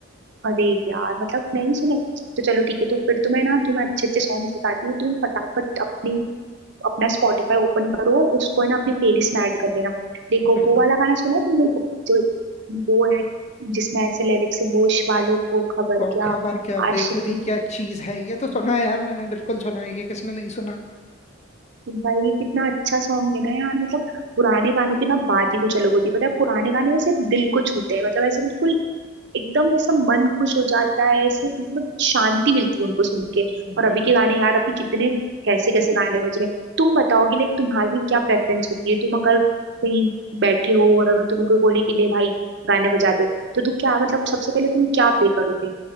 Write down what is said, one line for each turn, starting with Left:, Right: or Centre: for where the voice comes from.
Right: अरे यार मतलब नहीं सुने तो चलो ठीक है तो फिर तो मैं ना तुम्हें अच्छे अच्छे सॉन्ग बताती हूँ तुम फटाफट अपनी अपना स्पॉटिफाई ओपन करो उसको है ना अपनी प्लेलिस्ट में ऐड कर लेना देखो
Left: बिल्कुल
Right: वो वाला गाना सुना है तुमने जो वो है जिसमें ऐसे लिरिक्स है होश वालों को खबर
Left: को
Right: क्या
Left: खबर क्या
Right: आशिकी
Left: बेखुदी क्या चीज है ये तो सुना है यार मैंने बिल्कुल सुना है ये किसने नहीं सुना
Right: भाई कितना अच्छा सॉन्ग है ना यार मतलब पुराने गानों की ना बात ही कुछ अलग होती है पता है पुराने गाने ऐसे दिल को छूते हैं मतलब ऐसे बिल्कुल एकदम ऐसा मन खुश हो जाता है ऐसे मतलब शांति मिलती है उनको सुन के और अभी
Left: बिल्कुल
Right: के गाने यार अभी कितने कैसे कैसे गाने बज रहे हैं तुम बताओगे लाइक तुम्हारी क्या प्रेफरेंस होती है तुम अगर कहीं बैठे हो और अगर तुम्हें कोई बोले कि ले भाई गाने बजा दे तो तू क्या मतलब सबसे पहले तुम क्या प्ले करोगे